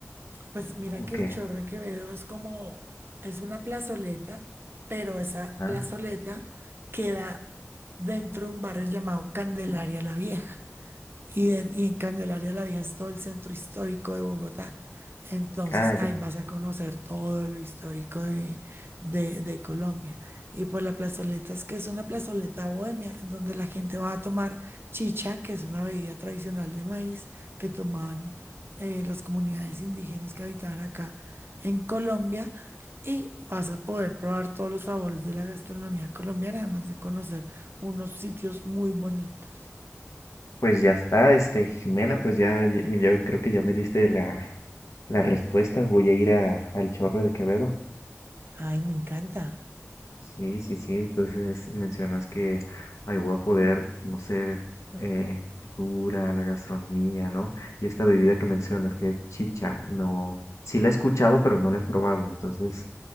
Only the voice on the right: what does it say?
Pues mira
que el Chorro Quevedo es como, es una plazoleta, pero esa
plazoleta queda dentro de un barrio llamado Candelaria la Vieja y, en y en Candelaria la Vieja es todo el centro histórico de Bogotá. Entonces
ahí vas a conocer todo lo histórico de, de, de Colombia. Y por la plazoleta es que es una plazoleta bohemia, en donde la gente va a tomar chicha, que es una bebida tradicional de maíz que tomaban eh, las comunidades indígenas que habitaban acá en Colombia. Y vas a poder probar todos los sabores de la gastronomía colombiana, además de conocer unos sitios muy bonitos.
Ay, me encanta.